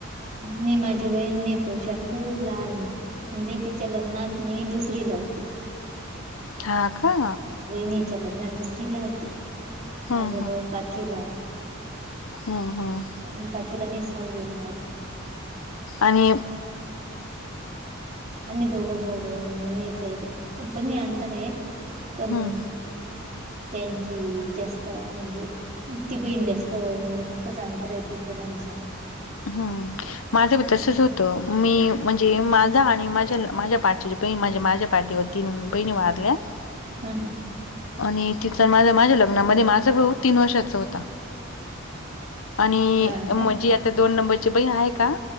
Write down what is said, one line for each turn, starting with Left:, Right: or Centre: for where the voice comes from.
Right: मी माझी बहिणीपेक्षा खूप लहानेय. म्हणजे तिच्या लग्नात मी दुसरीला होते.
Left: हा का?
Right: वहिणीच्या लग्नात दुसरीला होते,
Left: हम्म
Right: माझा भाऊ पाचवीला होता.
Left: हं हं.
Right: पण पाचवीला नाही सहावीला होता.
Left: आणि
Right: आम्ही दोघं भावू बहीण मे चे ये. कमी अंतर आहे. पण
Left: हम्म
Right: त्यांची जास्त म्हणजे ती बहीण जास्त म्हणजे खूपच अंतर आहे, तिचं न आमच.
Left: हा. माझं बी तसच
Right: असं.
Left: होतं. मी म्हणजे माझा आणि माझ्या माझ्या पाठीची बहिणी माणजे माझ्या पाठीवर तीन बहिणी वारल्या ह <inaudible>
Right: हा हा.
Left: आणि तिचा आणि माझं, माझ्या लग्नामध्ये माझा भाऊ तीन वर्षाचा होता. आणि
Right: हां का?
Left: म्हणजी आता दोन नंबरची बहीण आहे का